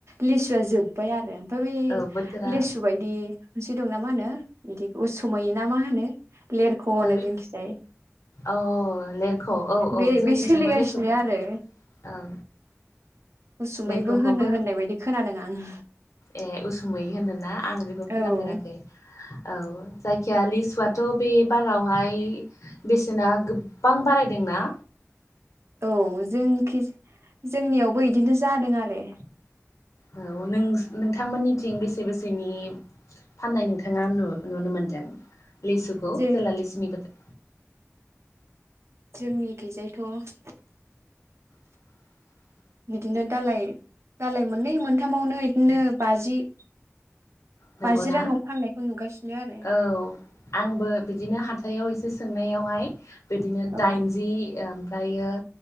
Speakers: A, on the right; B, on the left.
A: लिसुआ जोब्बाय आरो ओमफ्राय बे
B: औ बोथोरा
A: लेसु बायदि मोनसे दंना मा होनो बिदि उसुमै ना मा होनो लेरख होनो
B: बे
A: जोंखिजाय <unintelligible>
B: औ लेरख' औ औ
A: बे
B: जोंनिथिंबो
A: बे सोलिगासिनो
B: लेरख'खोनो
A: आरो
B: औ
A: उसुमैबो
B: लेरख'खौबो
A: होनो होननाय बायदि खोनादों आं
B: ए उसुमै होनो ना आं बेखौ खोनाफेराखै
A: औ
B: औ जायखिया लिसुआथ' बे बारावहाय बेसेना गोबां बारायदों ना
A: औ जोंकि जोंनिआवबो इदिनो जादों आरो
B: औ नों नोंथांमोननिथिं बेसे बेसेनि फाननाय नोंथां नोंथांआ नुनो मोनदों लिसुखौ
A: जे
B: जेला लिसुनि बोथोर
A: जोंनिखैजायथ'
B: <unintelligible>
A: बिदिनो दालाय दालाय मोननै मोनथामावनो इदिनो बाजि
B: नोंगौ
A: बाजि
B: ना
A: राङाव फाननायखौ नुगासिनो आरो
B: औ आंबो बिदिनो हाथायाव एसे सोंनायावहाय बिदिनो
A: औ
B: दाइनजि ओ आमफ्रायो हो